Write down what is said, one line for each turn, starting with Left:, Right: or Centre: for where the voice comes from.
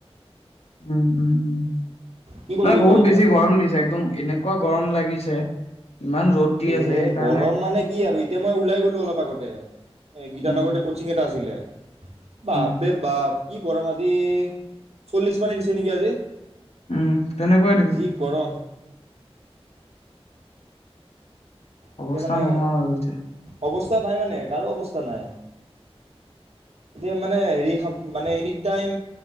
Left: উম, উম, উম,
Right: কি কৰিবি
Left: নাই বহুত
Right: ক এতিয়া
Left: বেছি গৰম দিছে একদম এনেকুৱা গৰম লাগিছে ইমান ৰ'দ দি
Right: এ'
Left: আছে সেইকাৰণে
Right: গৰম মানে কি আৰু এতিয়া মই ওলাই গ'লো অলপ আগতে। এই গীতানগৰতে
Left: উম,
Right: ক'চিং এটা আছিলে। <inaudible> বাপ
Left: উম,
Right: ৰে বাপ। কি গৰম আজি, চল্লিছ মানেই দিছে নেকি আজি?
Left: উম তেনেকুৱাই দিব।
Right: যি গৰম এতিয়া
Left: অৱস্থা
Right: মানে
Left: নোহোৱা হৈ গৈছে।
Right: অৱস্থা নাই মানে কাৰো অৱস্থা নাই। এতিয়া মানে হেৰি মানে এনি টাইম